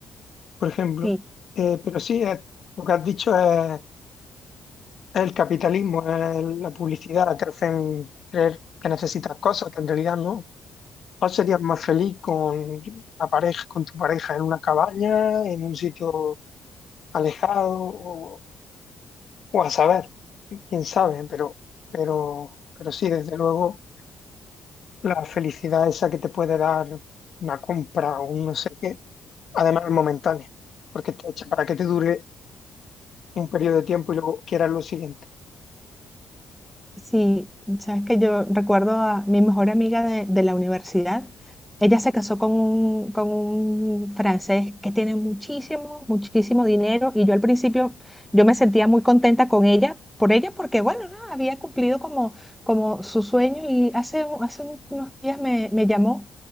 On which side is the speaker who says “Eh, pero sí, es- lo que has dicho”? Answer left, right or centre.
Left